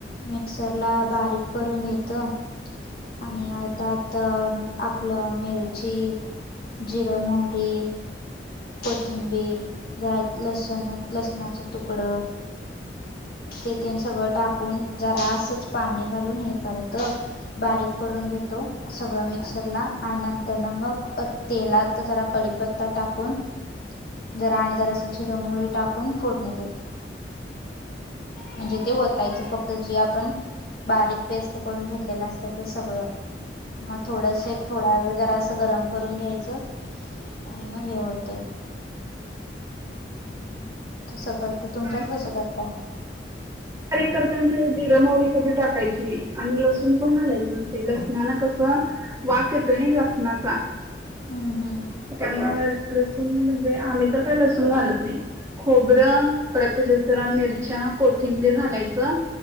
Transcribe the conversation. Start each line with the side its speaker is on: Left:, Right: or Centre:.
Left: मिक्सरला बारीक करून घेतो आणि त्यात अ आपलं मिरची, जिरं, मोहरी कोथिंबीर, जरा लसूण लसणाचं तुकडे हे तेन सगळं टाक कोण जरा असंच पाणी घालून हे करत. बारीक करून घेतो, सगळं मिक्सरला आणि नंतर ना मग तेलात जरा कडीपत्ता पत्ता टाकून, जरा आणि जरा असं जिरं, मोहरी टाकून फोडणी देतो. म्हणजे ते वतायचं फक्त त जी आपण बारीक पेस्ट करून घेतलेलं असत ते सगळं मग थोडसं थोडा वेळं जरा असं गरम करून घ्यायचं आणि मग हे होत.
Right: <unintelligible>
Left: कसं करते तुमच्यात कसं करता
Right: बारीक करताना ते जिरं, मोहरी कधी टाकायची नाही आणि लसूण पण घालायच नसते लसणाला कसं वास येतोय नाही लसणाचा.
Left: हम -हम,
Right: त्यामुळं लसूण म्हणजे आम्ही तर काही लसूण घालत नाही, खोबरं परत त्याच्यात जरा मिरच्या, कोथिंबीर घालायचं.